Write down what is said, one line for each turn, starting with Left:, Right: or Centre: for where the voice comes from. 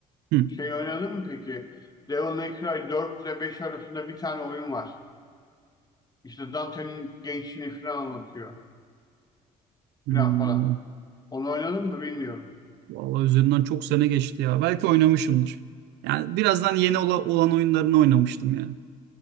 Right: Hı.
Left: Şeyi oynadım mı peki? Devil May Cry dört ile 5 arasında bir tane oyun var. İşte Dante'nin gençliğini falan anlatıyor.
Right: Hmm.
Left: Falan falan. Onu oynadın mı bilmiyorum.
Right: Vallahi üzerinden çok sene geçti ya. Belki oynamışımdır. Yani birazdan yeni ola- olan oyunlarını oynamıştım yani.